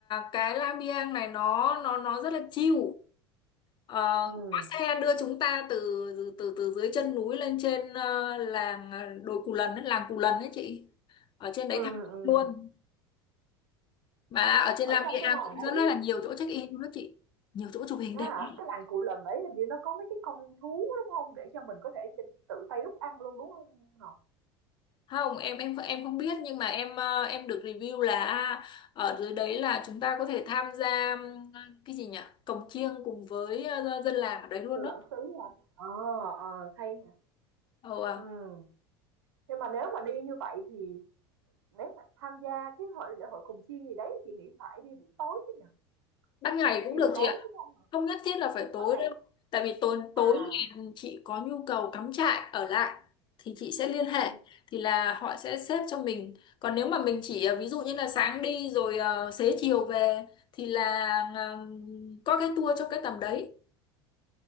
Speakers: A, on the left; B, on the right.
A: cái Lang Biang này nó nó nó rất là chill Ờ,
B: Ừ.
A: có xe đưa chúng ta từ từ từ dưới chân núi lên trên ờ, làng ờ, đồi Cù Lần ấy, làng Cù Lần ấy chị ở trên đấy
B: Ừ.
A: thẳng
B: ừ.
A: luôn mà ở trên
B: ở
A: Lam
B: trong
A: Gia
B: cái làng
A: cũng
B: ấy
A: rất là nhiều chỗ check in luôn đó chị nhiều chỗ chụp hình
B: Thế
A: đẹp
B: hả?
A: lắm.
B: Cái làng Cù Lần ấy hình như nó có mấy cái con thú đúng không Để cho mình có thể ch tự tay đúc ăn luôn đúng không Ngọc?
A: không em em em không biết nhưng mà em ờ, em được review là à, ở dưới đấy là chúng ta có thể tham gia ừm, cái gì nhỉ cồng chiêng cùng với ờ, dân làng ở đấy luôn
B: Người
A: đó
B: bản xứ hả? Ờ, ờ, hay nhỉ.
A: Ồ, à.
B: ừ nhưng mà nếu mà đi như vậy thì nếu mà tham gia cái hội lễ hội cồng chiêng gì đấy chị nghĩ phải đi buổi tối chứ nhỉ?
A: ban ngày
B: Buổi
A: cũng
B: chiều
A: được
B: tối
A: chị ạ
B: có không hả?
A: không nhất thiết là phải tối
B: Ban ngày
A: đâu tại vì tối
B: à,
A: tối thì chị có nhu cầu cắm trại ở lại thì chị sẽ liên hệ
B: ừ
A: thì là họ sẽ xếp cho mình còn nếu mà mình chỉ ờ, ví dụ như là sáng đi rồi ờ, xế chiều về thì là ờ, có cái tour cho cái tầm đấy